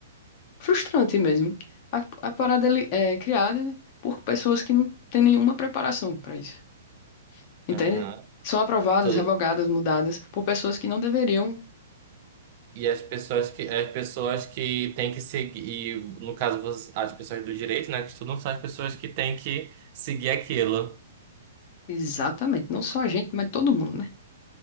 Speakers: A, on the left; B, on the right.
A: frustrante mesmo. A, a parada ele é criada por pessoas que não têm nenhuma preparação para isso, entende?
B: Aham.
A: São aprovadas,
B: E tu-
A: revogadas, mudadas por pessoas que não deveriam.
B: e as pessoas que as pessoas que têm que seguir, e, no caso você- as pessoas do direito, né, que estudam são as pessoas que têm que seguir aquilo.
A: Exatamente, não só a gente, mas todo mundo, né?